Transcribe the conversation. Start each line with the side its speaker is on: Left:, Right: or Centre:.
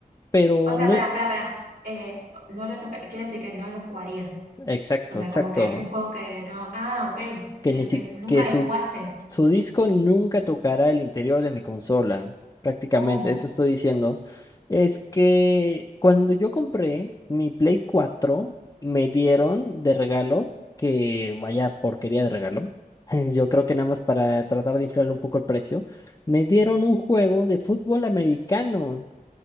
Left: Pero
Right: O sea,
Left: no,
Right: pará, pará, pará. Eh, no lo toca, quiere decir que no lo jugarías.
Left: exacto,
Right: O sea,
Left: exacto.
Right: como que es un juego que no. Ah, ok,
Left: que
Right: ok,
Left: ni si-
Right: ok. Nunca
Left: que su,
Right: le jugaste.
Left: su disco nunca tocará el interior de mi consola. Prácticamente,
Right: Mm,
Left: eso estoy diciendo. Es que cuando yo compré mi Play 4 me dieron de regalo, que vaya porquería de regalo. <laughs> Yo creo que nada más para tratar de inflar un poco el precio, me dieron un juego de fútbol americano.